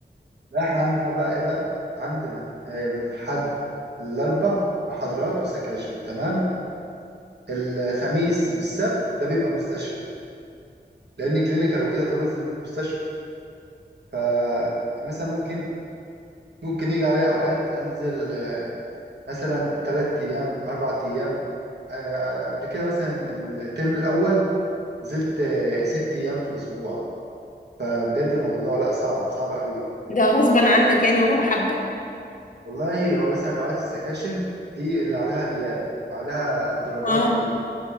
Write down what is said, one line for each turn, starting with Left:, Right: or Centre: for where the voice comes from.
Right: لا احنا عندنا بقى ايه بقى عندنا آه من الحد الأربع محاضرات وسكاشن تمام الخميس والسبت ده بيبقى مستشفى لأن كلينيكال وكده فبنزل المستشفى فمثلا ممكن ممكن يجي عليا أوقات أنزل آه، مثلا تلات أيام أربع أيام آه، قبل كده مثلا الترم الأول نزلت آه، ست أيام في أسبوع فبجد الموضوع لأ صعب صعب قوي
Left: ده غصبا عنك يعني ولا محبة
Right: والله هو مثلا أوقات السكاشن دي اللي عليها غياب وعليها درجات
Left: اه
Right: وكده